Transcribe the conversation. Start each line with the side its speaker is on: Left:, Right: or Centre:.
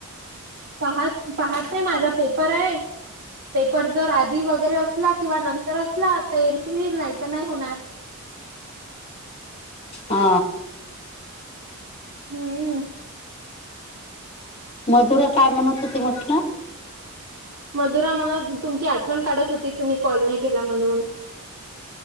Right: पाह पाहत नाही माझा पेपर आहे पेपर जर आधी वगैरे असला किंवा नंतर असला तर ये नाही तर नाही होणार
Left: हा
Right: हम्म
Left: मधुरा काय म्हणत होती म्हटलं
Right: मधुरा म्हण तुमची आठवण काढत होती तुम्ही कॉल नाही केला म्हणून